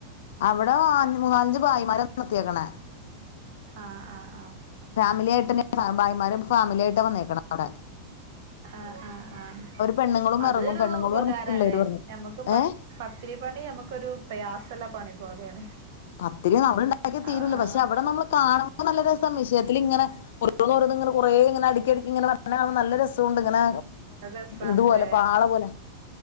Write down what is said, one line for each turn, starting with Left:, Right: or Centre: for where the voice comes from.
Left: അവടെ അ മൂന്നാലഞ്ച് ഭായിമാരെപ്പൊ നിർത്തിയേക്കണെ
Right: ആഹ് ആഹ് ആഹ്
Left: ഫാമിലി ആയിട്ടെന്നെ ഭായിമാര് ഫാമിലി ആയിട്ട വന്നേക്കണെ അവടെ
Right: ആഹ് ആഹ് ആഹ്
Left: പെണ്ണുങ്ങളും
Right: അതൊരു
Left: ഇറങ്ങും പെണ്ണുങ്ങളും
Right: ഉപകാരല്ലേ
Left: ഇറങ്ങും പിള്ളേരും ഇറങ്ങും
Right: ഞമ്മക്ക് പ
Left: ഏഹ്
Right: പത്തിരി പണി നമുക്കൊരു പ്രയാസള്ള പണി പോലെയാണ്
Left: പത്തിരി നമ്മളുണ്ടാക്കിയാ തീരൂല്ല
Right: ആഹ് ആഹ്
Left: പക്ഷെ അവടെ നമ്മള് കാണുമ്പോ നല്ല രസാ മെഷീത്തിലിങ്ങനെ ഓരോന്നോരോന്നിങ്ങനെ കൊറേയിങ്ങനെ അടുക്കിയടുക്കിയിങ്ങന ങ്ങനെ നല്ല രസോണ്ട് ഇങ്ങനെ
Right: അത് രസാണ്ല്ലേ
Left: ഇതുപോലെ പാള പോലെ